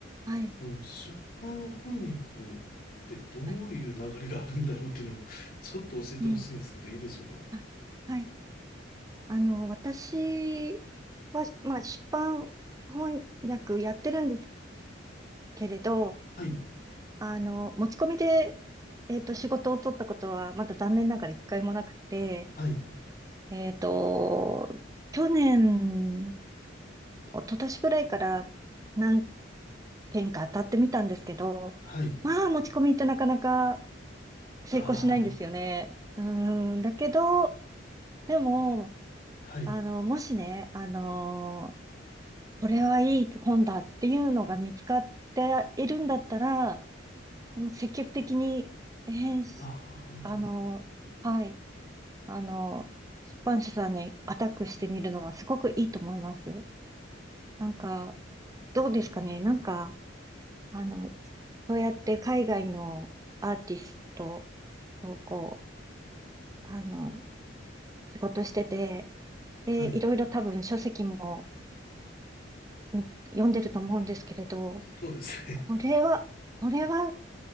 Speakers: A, on the right; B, on the left.
A: はい。
B: その出版翻訳ってどういう流れがあるんだろうっていうのをちょっと教えてほしいんですけど、
A: はい。うん。
B: いいでしょうか
A: あはい。あの、私は、まあ、出版翻訳やってるんですけれど、
B: はい、
A: あの、持ち込みで、えっと、仕事を取ったことは、まだ残念ながら一回もなくて、
B: はい、
A: えっと、去年、一昨年ぐらいから何件か当たってみたんですけど、
B: はい、
A: まあ、持ち込みってなかなか成功しないんですよね。
B: あ
A: うーん、だけど、でも、
B: あ、はい、
A: あの、もしね、あのーこれはいい本だっていうのが見つかっているんだったら、もう積極的に、編集
B: ああ、なるほど。
A: あのーはい、あのー出版社さんにアタックしてみるのはすごくいいと思います。なんか、どうですかね、なんか、あの、そうやって海外のアーティストをこう、あの、仕事してて、で、
B: はい、
A: いろいろ多分書籍もみ読んでると思うんですけれど、
B: そうですね。
A: これは、これは